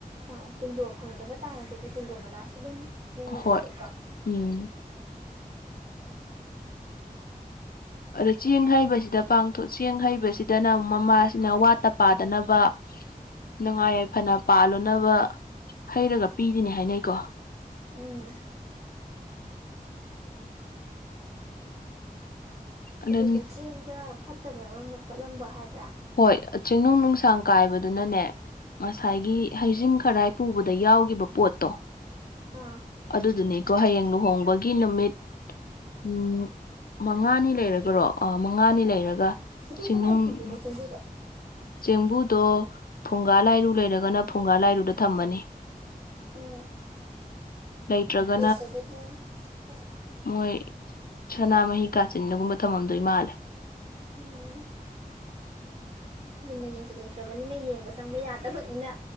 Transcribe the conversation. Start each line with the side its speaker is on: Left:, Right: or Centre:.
Right: ꯑ ꯀꯨꯟꯗꯣ ꯐꯪꯗꯕ ꯇꯥꯔꯒꯗꯤ ꯀꯨꯟꯗꯣ ꯃꯅꯥꯁꯨ ꯑꯗꯨꯝ ꯅꯤꯡꯅꯕ
Left: ꯍꯣꯏ
Right: ꯌꯥꯎꯏꯀꯣ꯫
Left: ꯎꯝ ꯑꯗꫭ ꯆꯦꯡ ꯍꯩꯕꯁꯤꯗ ꯄꯥꯡꯊꯣꯛ ꯆꯦꯡ ꯍꯩꯕꯁꯤꯗꯅ ꯃꯃꯥꯁꯤꯅ ꯋꯥꯠꯇ ꯄꯥꯗꯅꯕ ꯅꯨꯡꯉꯥꯏ ꯌꯥꯏꯐꯅ ꯄꯥꯜꯂꯨꯅꯕ ꯍꯩꯔꯒ ꯄꯤꯔꯤꯅꯦ ꯍꯥꯏꯅꯩꯀꯣ꯫
Right: ꯎꯝ꯫
Left: ꯑꯗꯨ
Right: ꯑꯗꯨꯗ ꯆꯦꯡꯗ ꯐꯠꯇꯕ ꯌꯥꯎꯔꯝꯕ ꯈꯣꯠꯂꯝꯕ ꯍꯥꯏꯕ꯭ꯔꯥ꯫
Left: ꯍꯣꯏ ꯆꯦꯡꯅꯨꯡ ꯅꯨꯡꯁꯥꯡ ꯀꯥꯏꯕꯗꯨꯅꯅꯦ ꯉꯁꯥꯏꯒꯤ ꯍꯩꯖꯤꯡ ꯈꯔꯥꯏ ꯄꯨꯕꯗ ꯌꯥꯎꯈꯤꯕ ꯄꯣꯠꯇꯣ
Right: ꯑꯥ
Left: ꯑꯗꯨꯗꯨꯅꯤꯀꯣ ꯍꯌꯦꯡ ꯂꯨꯍꯣꯡꯕꯒꯤ ꯅꯨꯃꯤꯠ ꯎꯝ ꯃꯉꯥꯅꯤ ꯂꯩꯔꯒꯔꯣ ꯑ ꯃꯉꯥꯅꯤ ꯂꯩꯔꯒ
Right: ꯇ
Left: ꯆꯤꯡꯅꯨꯡ
Right: ꯀꯗꯥꯏ ꯊꯝꯗꫭꯏꯅꯣ ꯆꯦꯡꯕꯨꯗꫭ꯫
Left: ꯆꯦꯡꯕꯨꯗꯣ ꯐꯨꯡꯒꯥ ꯂꯥꯏꯔꯨ ꯂꯩꯔꯒꯅ ꯐꯨꯡꯒꯥ ꯂꯥꯏꯔꯨꯗ ꯊꯝꯑꯅꯤ꯫
Right: ꯎꯝ꯫
Left: ꯂꯩꯇ꯭ꯔꯒ
Right: ꯂꯩꯇ꯭ꯔꯒꯅ ꯀꯥꯏꯗ꯫
Left: ꯃꯣꯏ ꯁꯅꯥꯃꯍꯤ ꯀꯥꯆꯤꯟꯗꯒꯨꯝꯕ ꯊꯝꯃꯝꯗꯣꯏ ꯃꯥꯜꯂꯦ꯫
Right: ꯎꯝ꯫ ꯃꯨꯟꯅ ꯌꯦꯡꯁꯤꯜꯂꯨꯗ꯭ꯔꯕꯅꯤꯅ ꯌꯦꯡꯕ ꯆꯪꯕ ꯌꯥꯗꯕꯅꯤꯅ꯫